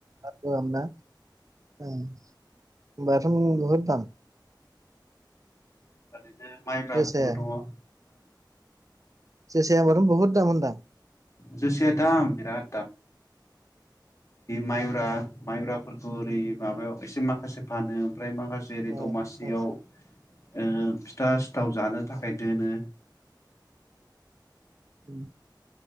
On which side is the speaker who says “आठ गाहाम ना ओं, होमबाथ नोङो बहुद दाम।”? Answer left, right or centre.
Right